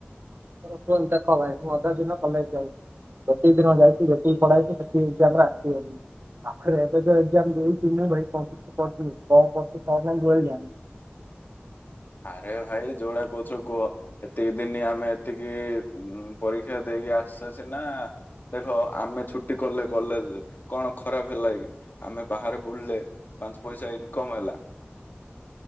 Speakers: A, on the right; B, on the left.
A: ତାର ଫୋନଟା କହ ଭାଇ, ମୁଁ ଅଧା ଦିନ କଲେଜ୍ ଯାଉଚି। ପ୍ରତିଦିନ ଯାଇଚି, ଯେତିକି ପଢ଼ା ଯାଇଚି ସେତିକି ଏଗ୍ଜାମ୍ ଏଗ୍ଜାମ୍ ଆସିବନି। ଆଖରେ ଏବେତ ଏଗ୍ଜାମ୍ ଦେଇଥିଲ ଭାଇ କମ୍ପୁଟର କଁ କରୁଚି କଁ ନାଇଁ ମୁଟୋଟାଲି ଜାଣିନ।
B: ଆରେ ଭାଇ ଯୋଉଡ଼ା କୋହୁଚ କୁହ। ଏତିକି ଦିନି ଆମେ ଏତିକି ପରୀକ୍ଷା ଦେଇ ଆସିଛେ ସିନା ଦେଖ ଆମେ ଛୁଟି ଖୋଲିଲେ କଲେଜ୍ କଣ ଖରାପ ହେଲାକି ଆମେ ବାହାରେ ବୁଲିଲେ ପାଞ୍ଚ ପଇସା ଇନକମ୍ ହେଲା‌